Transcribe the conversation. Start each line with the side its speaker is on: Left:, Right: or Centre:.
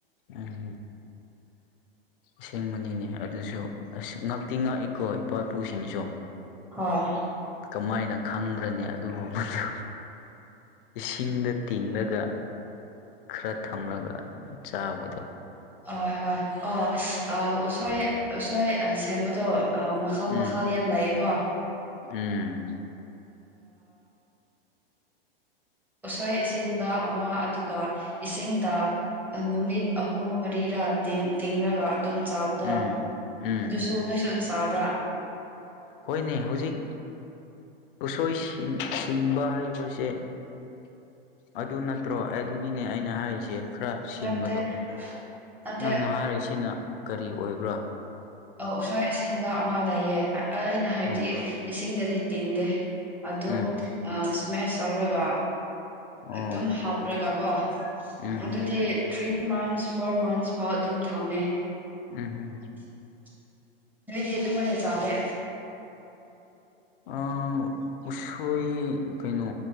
Left: ꯎꯝ ꯍꯨꯝ ꯑꯁꯦꯡꯕꯅꯤꯅꯦ ꯑꯗꯨꯁꯨ ꯑꯁ ꯉꯥꯛꯇꯤ ꯉꯥꯛꯏꯀꯣ ꯏꯄꯥ ꯏꯄꯨꯁꯤꯡꯁꯨ
Centre: ꯍꯣꯢ
Left: ꯀꯃꯥꯏꯅ ꯈꯪꯒꯅꯤ ꯑꯗꯨꯒꯨꯝꯕꯗꯨ ꯏꯁꯤꯡꯗ ꯇꯤꯡꯂꯒ ꯈꯔ ꯊꯝꯂꯒ ꯆꯥꯕꯗꯣ
Centre: ꯑꯣꯏ ꯍꯣꯏ ꯑꯥ ꯎꯁꯣꯏ ꯎꯁꯣꯏ ꯁꯦꯝꯕꯗꯣ ꯃꯈꯥꯎ
Left: ꯎꯝ
Centre: ꯃꯈꯥꯎ ꯌꯥꯝ ꯂꯥꯛꯑꯦꯀꯣ
Left: ꯎꯝ
Centre: ꯎꯁꯣꯏ ꯑꯁꯤꯟꯕ ꯑꯃ ꯑꯗꯨꯒ ꯏꯁꯤꯡꯗ ꯅꯨꯃꯤꯠ ꯑꯍꯨꯝ ꯃꯔꯤꯔꯥ ꯇꯤꯡ ꯇꯤꯡꯔꯒ ꯑꯗꯨꯝ ꯆꯥꯕꯗꯣ
Left: ꯎꯝ ꯎꯝ
Centre: ꯑꯗꯨꯁꯨ ꯅꯣꯏꯁꯨ ꯆꯥꯕ꯭ꯔꯥ
Left: ꯍꯣꯏꯅꯦ ꯍꯧꯖꯤꯛ ꯎꯁꯣꯏ ꯁꯤꯟꯕ ꯍꯥꯏꯕꯁꯦ ꯑꯗꯨ ꯅꯠꯇ꯭ꯔꯣ ꯑꯗꯨꯅꯤꯅꯦ ꯑꯩꯅ ꯍꯥꯏꯔꯤꯁꯦ ꯈꯔ ꯁꯤꯟꯕꯗꯣ
Centre: ꯅꯠꯇꯦ ꯅꯠꯇꯦ
Left: ꯅꯪꯅ ꯍꯥꯏꯔꯤꯁꯤꯅ ꯀꯔꯤ ꯑꯣꯏꯕ꯭ꯔꯥ
Centre: ꯑꯥ ꯎꯁꯣꯏ ꯑꯁꯦꯟꯕ ꯑꯃ ꯂꯩꯌꯦ ꯑꯩꯅ ꯍꯥꯏꯕꯗꯤ
Left: ꯑꯣ
Centre: ꯏꯁꯤꯡꯗꯗꯤ ꯇꯤꯟꯗꯦ ꯑꯗꯨꯝ
Left: ꯎꯝ
Centre: ꯁꯃꯦꯁ ꯇꯧꯔꯒ
Left: ꯑꯣ
Centre: ꯑꯗꯨꯝ ꯍꯥꯞꯔꯒ ꯀꯣ
Left: ꯎꯝ
Centre: ꯑꯗꯨꯗꯤ ꯊ꯭ꯔꯤ ꯃꯟꯁ ꯐꯣꯔ ꯃꯟꯁ ꯐꯥꯎ ꯑꯗꯨꯝ ꯊꯝꯃꯦ
Left: ꯎꯝ ꯍꯝ
Centre: <unintelligible> ꯅꯣꯏꯗꯤ ꯑꯗꯨꯃꯥꯏꯅ ꯆꯥꯗꯦ
Left: ꯑꯥ ꯎꯁꯣꯏ ꯀꯩꯅꯣ